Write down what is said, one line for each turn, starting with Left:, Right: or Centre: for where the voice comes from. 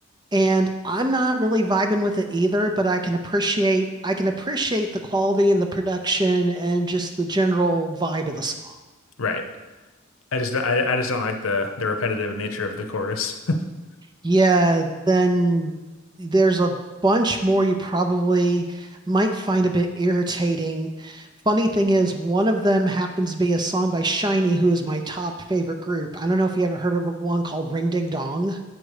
Right: And I'm not really vibing with it either, but I can appreciate I can appreciate the quality and the production and just the general vibe of the song.
Left: Right. I just I, I just don't like the the repetitive nature of the chorus. <laughs>
Right: Yeah, then there's a bunch more you probably might find a bit irritating. Funny thing is, one of them happens to be a song by Shiny, who is my top favorite group. I don't know if you ever heard of one called Ring Ding Dong.